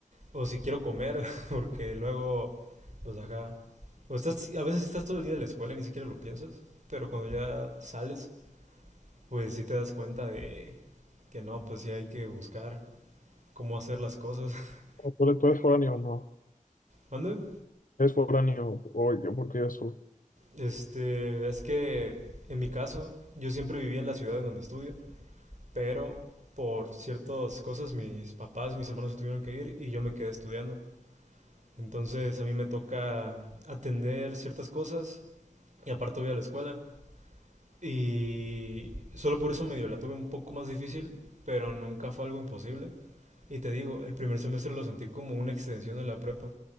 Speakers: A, on the right; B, on the left.
A: O si quiero comer, <laughs> porque luego, pues acá, o estás, a veces estás todo el día en la escuela y ni siquiera lo piensas, pero cuando ya sales, pues sí te das cuenta de que no, pues sí hay que buscar cómo hacer las cosas. <laughs>
B: ¿O ¿Tú, eres tú eres foráneo o no?
A: ¿Mande?
B: ¿Eres foráneo? Oye, porque yo soy.
A: Este, es que en mi caso, yo siempre viví en la ciudad en donde estudio pero por ciertas cosas mis papás y mis hermanos se tuvieron que ir y yo me quedé estudiando. Entonces a mí me toca atender ciertas cosas y aparte voy a la escuela. Y solo por eso medio la tuve un poco más difícil, pero nunca fue algo imposible. Y te digo, el primer semestre lo sentí como una extensión de la prepa